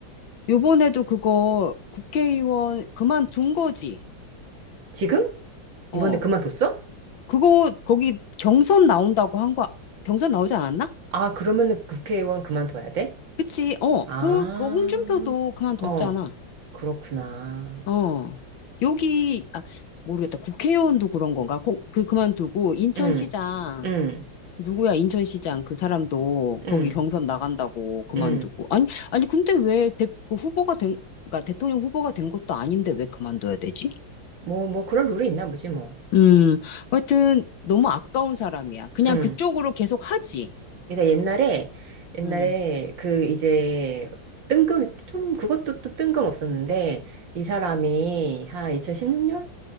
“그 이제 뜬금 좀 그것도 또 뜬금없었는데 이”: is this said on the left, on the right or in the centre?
Right